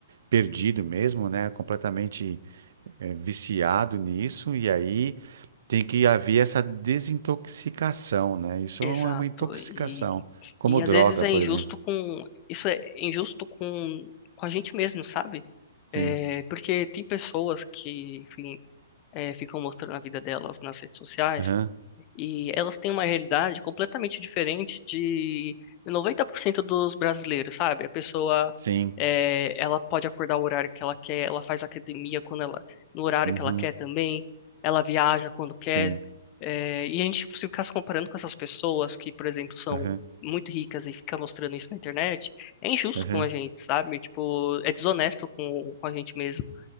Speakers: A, on the right; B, on the left.
A: perdido mesmo, né? Completamente eh, viciado nisso, e aí. Tem que haver essa desintoxicação, né? Isso
B: exato,
A: é uma intoxicação,
B: e,
A: como
B: e
A: droga,
B: às vezes é
A: por
B: injusto
A: exemplo.
B: com, isso é injusto com, com a gente mesmo, sabe?
A: Sim.
B: É, porque tem pessoas que, enfim, é, ficam mostrando a vida delas nas redes sociais
A: Aham.
B: e elas têm uma realidade completamente diferente de 90% dos brasileiros, sabe? A pessoa,
A: Sim.
B: é, ela pode acordar o horário que ela quer, ela faz academia quando ela, no horário
A: Uhum.
B: que ela quer também, ela viaja quando quer.
A: Sim.
B: é, e a gente se ficar se comparando com essas pessoas que, por exemplo, são
A: Aham.
B: muito ricas e ficar mostrando isso na internet, é injusto
A: Aham.
B: com a gente, sabe? Tipo, é desonesto com, com a gente mesmo.